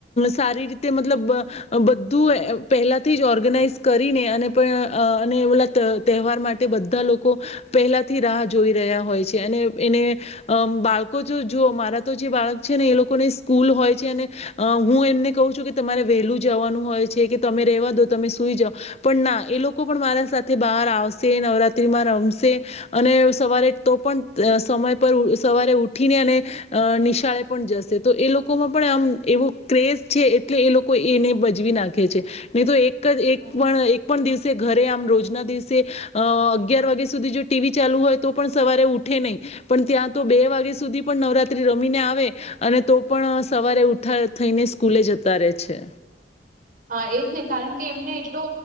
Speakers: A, on the left; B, on the right.
A: સારી રીતે મતલબ અ બધું પહેલાથી જ ઓર્ગેનાઈઝ કરીને અને પણ અને ઓલા તહેવાર માટે બધા લોકો પહેલાથી રાહ જોઈ રહ્યા હોય છે અને એને બાળકો જો જો મારા તો જે બાળક છે ને, એ લોકોને સ્કૂલ હોય છે અને હું એમને કહું છું કે, તમારે વહેલું જવાનું હોય છે કે, તમે રેવા દો, તમે સુઈ જાઓ પણ ના એ લોકો પણ મારા સાથે બહાર આવશે નવરાત્રીમાં રમશે અને સવારે તો પણ સમય પર સવારે ઉઠીને અને નિશાળે પણ જશે, તો એ લોકોમાં પણ આમ એવું ક્રેઝ છે, એટલે એ લોકો એને બજવી નાખે છે, ની તો એ એક એક
B: હમ.
A: પણ એક પણ દિવસે ઘરે આમ રોજ ના દિવસે અ અગિયાર વાગ્યા સુધી જો ટીવી ચાલુ હોય તો પણ સવારે ઉઠે નહી, પણ ત્યાં તો બે વાગ્યા સુધી પણ નવરાત્રી રમીને આવે અને તો પણ સવારે ઉઠા થઈને સ્કૂલે જતા રહેે છે.
B: હા, એજને કારણકે એમને એટલો